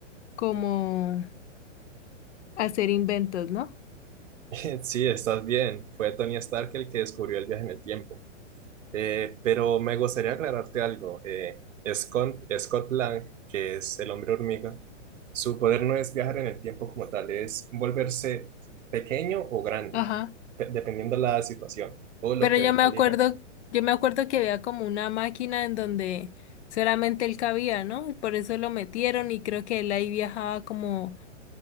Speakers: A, on the left; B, on the right.
A: como hacer inventos, ¿no?
B: <laughs> Sí, estás bien. Fue Tony Stark el que descubrió el viaje en el tiempo. Eh, pero me gustaría aclararte algo. Eh, Scott, Scott Lang, que es el hombre hormiga, su poder no es viajar en el tiempo como tal, es volverse pequeño o grande,
A: Ajá.
B: pe- dependiendo la situación o lo
A: Pero
B: que
A: yo
B: él
A: me
B: elija.
A: acuerdo, yo me acuerdo que había como una máquina en donde solamente él cabía, ¿no? Y por eso lo metieron y creo que él ahí viajaba como,